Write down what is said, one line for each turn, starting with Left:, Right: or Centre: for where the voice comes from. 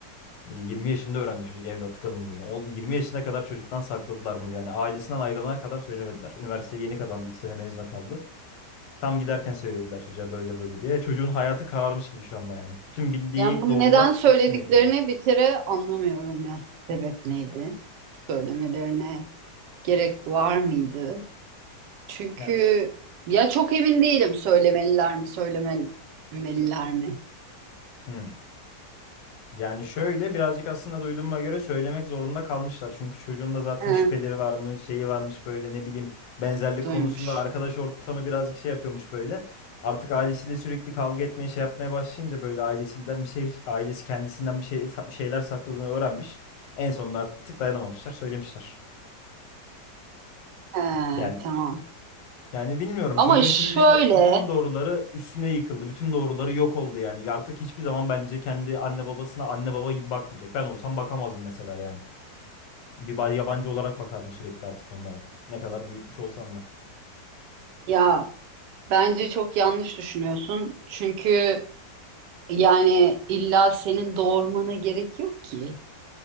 Left: 20 yaşında öğrendi çocuk evlat kalındığını. 10, 20 yaşına kadar çocuktan sakladılar bunu. Yani ailesinden ayrılana kadar söylemediler. Üniversiteyi yeni kazandı. iki sene mezuna kaldı. Tam giderken söylediler çocuğa böyle böyle diye. Çocuğun hayatı kararmış gibi şu anda yani. Bütün bildiği
Right: Yani bunu
Left: doğrular
Right: neden söylediklerini
Left: üstüne yıkıldı.
Right: bir kere anlamıyorum ya. Sebep neydi? Söylemelerine gerek var mıydı? Çünkü
Left: Ya s-
Right: ya çok emin değilim söylemeliler mi, söylememeliler mi?
Left: hmm. Yani şöyle birazcık aslında duyduğuma göre söylemek zorunda kalmışlar. Çünkü çocuğun da zaten
Right: Ha,
Left: şüpheleri varmış, şeyi varmış böyle ne bileyim benzerlik
Right: duymuş.
Left: konusunda arkadaş ortamı birazcık şey yapıyormuş böyle. Artık ailesiyle sürekli kavga etmeye şey yapmaya başlayınca böyle ailesinden bir şey ailesi kendisinden bir şey bir şeyler sakladığını öğrenmiş. En sonunda artık dayanamamışlar, söylemişler.
Right: Ha,
Left: Yani
Right: tamam.
Left: Yani bilmiyorum
Right: Ama
Left: çocuğun
Right: şöyle
Left: şimdi bütün doğruları üstüne yıkıldı. Bütün doğruları yok oldu yani. Artık hiçbir zaman bence kendi anne babasına anne baba gibi bakmayacak. Ben olsam bakamazdım mesela yani. Bir ba- yabancı olarak bakardım sürekli artık onlara. Ne kadar büyütmüş olsan da.
Right: ya bence çok yanlış düşünüyorsun. Çünkü yani illa senin doğurmana gerek yok ki.